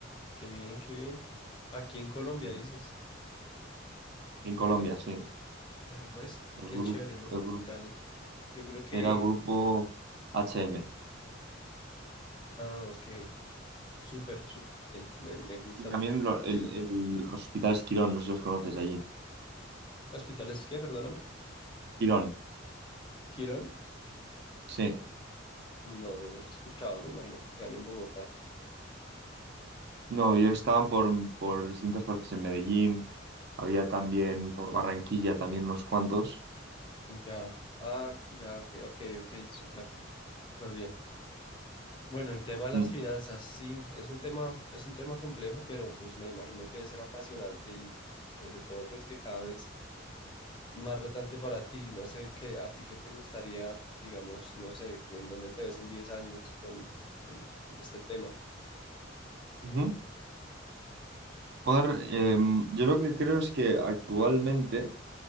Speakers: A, on the left; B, on the right.
A: qué bien, qué bien. Aquí en Colombia
B: Sí.
A: dices,
B: En Colombia, sí.
A: ya pues,
B: El
A: qué
B: grupo,
A: chévere los
B: el grupo
A: hospitales. Yo creo que,
B: era grupo HM.
A: ah, ok, súper, súper bien, me, me gusta
B: Y también
A: mucho.
B: lo- el,
A: Sí, lo-
B: el Hospital Quirón, no sé si los conoces allí.
A: ¿Hospitales qué? Perdóname.
B: Quirón,
A: ¿Girón?
B: sí.
A: No, no los he escuchado, me imagino que quedan en Bogotá.
B: No, yo estaban por, por distintas partes en Medellín, había también por Barranquilla también unos cuantos.
A: Ya, ah, ya, ok, ok, ok, súper, súper bien. Bueno, el tema de
B: Mm,
A: las finanzas, sí, es un tema, es un tema complejo, pero pues me imagino que debe ser apasionante y, y sobre todo pues que cada vez más retante para ti. No sé qué, a ti qué te gustaría, digamos, no sé, en dónde te ves en 10 años con, con- con este tema.
B: ujú. Joder, em, yo lo que creo es que actualmente,